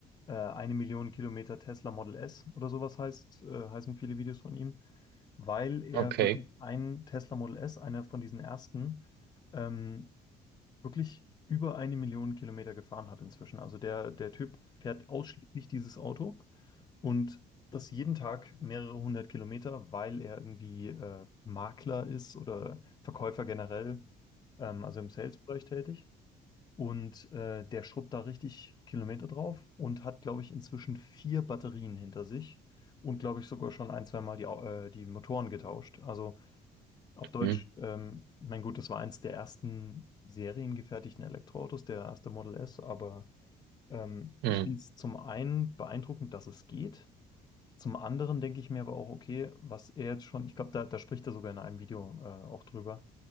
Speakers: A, on the left; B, on the right.
A: äh, eine Million Kilometer Tesla Model S oder sowas heißt, äh, heißen viele Videos von ihm, weil er
B: Okay.
A: wirklich einen Tesla Model S, einer von diesen ersten, ähm, wirklich über eine Million Kilometer gefahren hat inzwischen. Also der, der Typ fährt ausschließlich dieses Auto. Und das jeden Tag mehrere hundert Kilometer, weil er irgendwie äh, Makler ist oder Verkäufer generell, ähm, also im Sales-Bereich tätig. Und äh, der schrubbt da richtig Kilometer drauf und hat, glaube ich, inzwischen vier Batterien hinter sich und, glaube ich, sogar schon ein, zwei Mal die, Au- äh, die Motoren getauscht. Also auf Deutsch,
B: Mhm.
A: ähm, mein Gut, das war eins der ersten seriengefertigten Elektroautos, der erste Model S, aber ähm,
B: Mhm.
A: ich finde es zum einen beeindruckend, dass es geht. Zum anderen denke ich mir aber auch, okay, was er jetzt schon, ich glaube, da, da spricht er sogar in einem Video äh, auch drüber,